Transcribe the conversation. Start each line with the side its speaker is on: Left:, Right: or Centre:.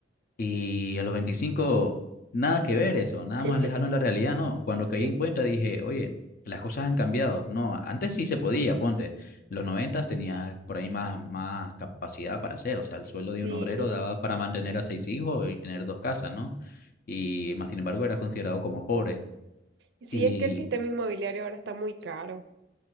Left: Y a los 25 nada que ver eso, nada
Right: <laughs>
Left: más lejano de la realidad, ¿no? Cuando caí
Right: Sí,
Left: en cuenta dije, oye, las cosas han cambiado. No, antes sí se podía, ponte. Los 90 tenías por ahí más, más capacidad para hacer, o sea, el sueldo de
Right: sí.
Left: un obrero daba para mantener a seis hijos y tener dos casas, ¿no? Y más sin embargo era considerado como pobre.
Right: Sí,
Left: Y
Right: es que el sistema inmobiliario ahora está muy caro.